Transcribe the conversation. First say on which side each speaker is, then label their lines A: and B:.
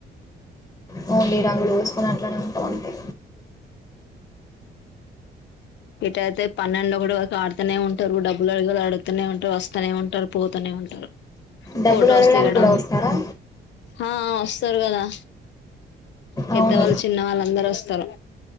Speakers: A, on the left; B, on the left.
A: వోన్ లి రంగులు మన అట్లానే ఉంటం అంతే
B: ఏట పన్నెండు ఒకటి ఆడుతనే ఉంటాది ఉంటారు డబ్బులు అడగ అడుగుతూనే ఉంటారు వస్తూనే ఉంటారు పోతూనే ఉంటారు
A: డబ్బులు
B: ఫోటో
A: అడగడానికి
B: వస్తాయి కడ
A: కూడా వస్తారా
B: ఆ వస్తారు కదా పెద్దవాళ్ళు
A: అవును
B: చిన్న వాళ్ళు అందరు వస్తారు